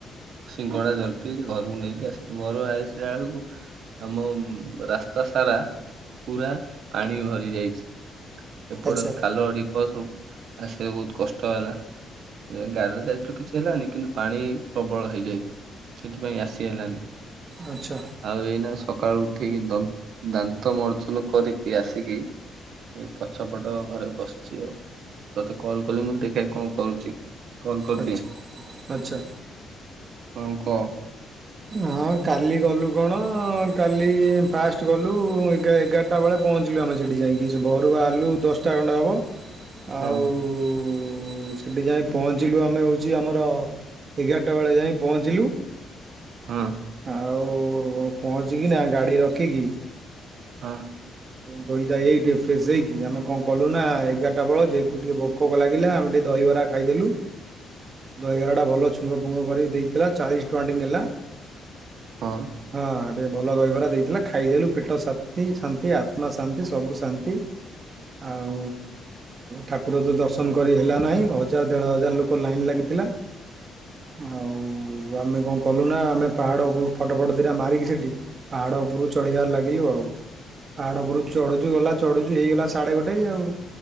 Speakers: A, on the right (about 70°); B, on the right (about 45°).
A: ସିଙ୍ଗଡ଼ା ଜଲପି ଘରକୁ ନେଇକି ଆସିଲୁ ଘରୁ ଆଇସିଲା ବେଳକୁ ଆମ ରାସ୍ତା ସାରା ପୁରା ପାଣି ଭରି ଯାଇଛି। ଏପଟେ
B: ଆଚ୍ଛା
A: ଖାଲ ଢିପ ସବୁ ଆସିବା ବହୁତ କଷ୍ଟ ହେଲା। ଗାଡ଼ିରେ ଯାଇଥିଲୁ କିଛି ହେଲାନି କିନ୍ତୁ ପାଣି ପ୍ରବଳ ହେଇଯାଇଛି ସେଥିପାଇଁ ଆସି ହେଲାନି
B: ଆଚ୍ଛା
A: ଆଉ ଏଇନା ସକାଳୁ ଉଠିକି ଦ ଦାନ୍ତ ମର୍ଜନ କରିକି ଆସିକି ଏଇ ପଛପଟ ଘରେ ବସିଛି ଆଉ ତତେ କଲ କଲି ମୁଁ କହିଲି ଦେଖିବା କଣ କରୁଛି? କଲ କରିଦିଏ
B: ଆଚ୍ଛା। ଆଚ୍ଛା।
A: ହଁ କ
B: ହଁ କାଲି ଗଲୁ କଣ କାଲି ଫାଷ୍ଟ ଗଲୁ ଏ ଏଗାର ଟା ବେଳେ ପହଞ୍ଚିଲୁ ଆମେ ସେଠି ଯାଇକି ସେ ଘରୁ ବାହାରିଲୁ ଦଶଟା ଖଣ୍ଡେ ହବ। ଆଉ
A: ହଁ
B: ସେଠି ଯାଇ ପହଞ୍ଚିଲୁ ଆମେ ହେଉଛି ଆମର ଏଗାରଟା ବେଳେ ଯାଇ ପହଞ୍ଚିଲୁ
A: ହୁଁ
B: ଆଉ ପହଞ୍ଚିକି
A: ହଁ
B: ଧୋଇ ଧାଇ ହେଇଟି ଫ୍ରେଶ ହେଇକି ଆମେ କଣ କଲୁ ନା ଏଗାରଟା ବେଳ ଯେହେତୁ ଟିକେ ଭୋ କୋକ ଲାଗିଲା ଆମେ ଟିକେ ଦହିବରା ଖାଇଦେଲୁ ଦହିବରାଟା ଭଲ ଛୁ ଶୁଙ୍ଗ ଫୁଙ୍ଗ କରିକି ଦେଇଥିଲା ଚାଳିଶ ଟଙ୍କାଟି ନେଲା।
A: ହଁ।
B: ହଁ ଟିକେ ଭଲ ଦହିବରା ଦେଇଥିଲା ଖାଇଦେଲୁ ପେଟ ଶାନ୍ତି ଶାନ୍ତି ଆଉ ତ୍ମା ଶାନ୍ତି ସବୁ ଶାନ୍ତି ଆଉ ଠାକୁର ତ ଦର୍ଶନ କରି ହେଲା ନାହିଁ ହଜାର ଦେଢ଼ ହଜାର ଲୋକ ଲାଇନ୍ ଲାଗିଥିଲା ଆଉ ଆମେ କଣ କଲୁ ନା ଆମେ ପାହାଡ଼ ଉପ ଫଟୋ ଫଟ ଦିଟା ମାରିକି ସେଇଠି ପାହାଡ଼ ଉପରୁ ଚଢିବାର ଲାଗିଲୁ ଆଉ, ପାହାଡ ଉପରୁକୁ ଚଢୁଛୁ ଗଲା ଚଢୁଛୁ ହେଇଗଲା ସାଢେ ଗୋଟେ ଆଉ।